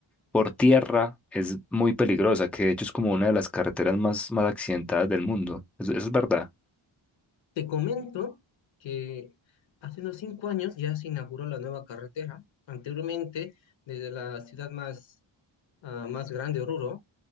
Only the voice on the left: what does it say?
Te comento que hace unos cinco años ya se inauguró la nueva carretera. Anteriormente, desde la ciudad más, ah, más grande, Oruro,